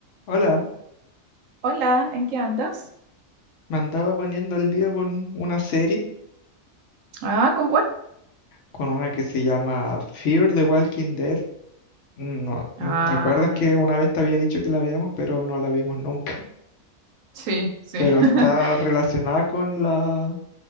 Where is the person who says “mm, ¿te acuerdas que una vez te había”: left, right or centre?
Left